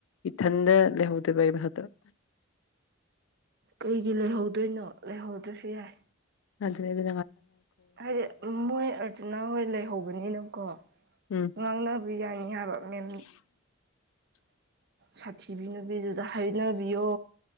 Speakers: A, on the left; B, on the right.
A: ꯏꯊꯟꯗ ꯍꯗ ꯄ ꯐꯠꯇ
B: ꯀꯩꯒꯤ ꯂꯩꯍꯧꯗꯣꯏꯅꯣ ꯂꯩꯍꯧꯗ꯭ꯔꯁꯨ ꯌꯥꯏ
A: ꯑꯗꯨ ꯑꯗꯨ
B: ꯍꯥꯏꯗꯤ ꯃꯣꯏ ꯑꯔꯖꯨꯅꯥ ꯍꯣꯏ ꯂꯩꯍꯧꯕꯅꯤꯅꯀꯣ
A: ꯎꯝ
B: ꯉꯥꯡꯅꯕ ꯌꯥꯏꯅꯤ ꯍꯥꯏꯕ ꯃꯦꯟ
A: <inaudible>
B: ꯁꯥꯊꯤꯕꯤ ꯅꯨꯄꯤꯗꯨꯗ ꯍꯥꯏꯅꯕꯤꯌꯣ